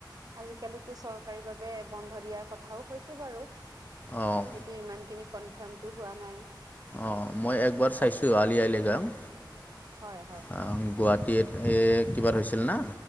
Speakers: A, on the right; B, on the left.
A: আজিকালিটো চৰকাৰী ভাৱে বন্ধ দিয়াৰ কথাও হৈছে, বাৰু।
B: অঁ
A: সেইটো ইমানখিনি কনফাৰ্মতটো হোৱা নাই।
B: অ', অ' মই একবাৰ
A: আগত
B: চাইছোঁ, আলি আই লৃগাং।
A: হয়, হয়।
B: আ, আমি গুৱাহাটীত এ কিবা হৈছিল না,